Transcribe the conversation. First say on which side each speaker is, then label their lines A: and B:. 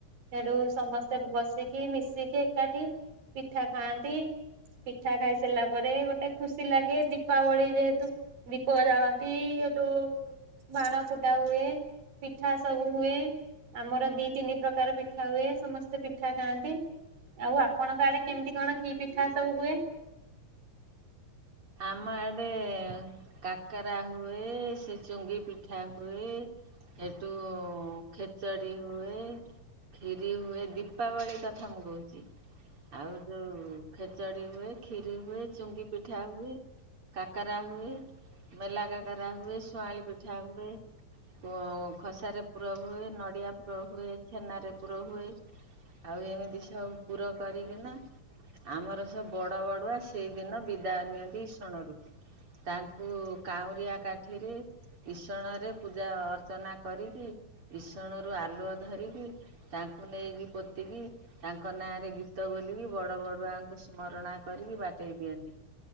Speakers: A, on the right (about 80°); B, on the right (about 40°).
A: ସେଠୁ ସମସ୍ତେ ବସିକି ମିଶିକି ଏକାଠି ପିଠା ଖାଆନ୍ତି ପିଠା ଖାଇ ସାରିଲା ପରେ ଗୋଟେ ଖୁସି ଲାଗେ ଦୀପାବଳି ରେ ଦୁ ଦୀପ ଜାଳନ୍ତି ଏଠୁ ବାଣ ଫୁଟା ହୁଏ ପିଠା ସବୁ ହୁଏ ଆମର ଦି ତିନି ପ୍ରକାର ପିଠା ହୁଏ ସମସ୍ତେ ପିଠା ଖାଆନ୍ତି ଆଉ ଆପଣଙ୍କ ଆଡ଼େ କେମିତି କଣ କି ପିଠା ସବୁ ହୁଏ?
B: ଆମ ଆଡେ କାକରା ହୁଏ, ସେ ଚୁଙ୍ଗି ପିଠା, ହୁଏ ସେଠୁ ଖେଚଡ଼ି ହୁଏ କ୍ଷୀରି ହୁଏ ଦୀପାବଳି କଥା ମୁଁ କହୁଛି। ଯେ ଆଉ ଯୋଉ ହୁଁ ଖେଚଡ଼ି ହୁଏ ଖିୀରି ହୁଏ ଚୁଙ୍ଗି ପିଠା ହୁ କାକରା ହୁଏ ମେଲା କାକରା ହୁଏ ଶୁଆଁଲି ପିଠା ହୁଏ ବଅ ଖସାର ପୁର ହୁଏ ନଡ଼ିଆ ପୁର ହୁଏ ଛେନାରେ ପୁର ହୁଏ ଆଉ ଏମିତି ସବୁ ପୁର କରିକିନା ଆମର ସବୁ ବଡ଼ ବଡ଼ୁଆ ସେଇଦିନ ବିଦା ନିଅନ୍ତି। ଇସଣରୁ ତାଙ୍କୁ କାଉଁରିଆ କାଠିରେ ଇସଣରେ ପୂଜା ଅର୍ଚ୍ଚନା କରିକି ଇସଣରୁ ଆଲୁଅ ଧରିକି ତାଙ୍କୁ ନେଇକି ପୋତିକି ତାଙ୍କ ନାଁରେ ଗୀତ ବୋଲିକି ବଡ଼ ବଡ଼ୁଆଙ୍କୁ ସ୍ମରଣା କରିକି ବାଟେଇ ଦିଅନ୍ତି।